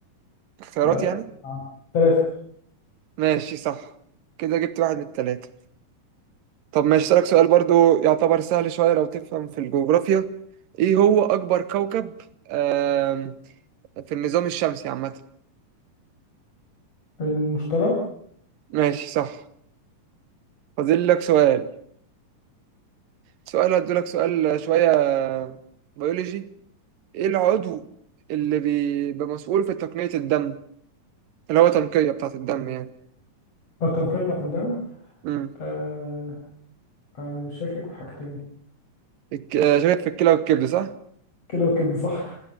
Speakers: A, on the right; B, on the left.
A: اختيارات
B: لا
A: يعني
B: ثلاثة
A: ماشي صح كده جبت واحد من التلاتة طب ماشي أسألك سؤال برضو يعتبر سهل شوية لو تفهم في الجغرافيا إيه هو أكبر كوكب آم، في النظام الشمسي عامة
B: المشترى
A: ماشي صح فاضل لك سؤال سؤال هديلك سؤال شوية بيولوجي إيه العضو اللي بي- بيبقى مسؤول في تقنية الدم اللي هو تنقية بتاعة الدم يعني
B: التنقية بتاعت الدم
A: امم
B: آه... آه... شاكك في حاجتين
A: الك- آه، شاكك في الكلى والكبد صح؟
B: كلى وكبد صح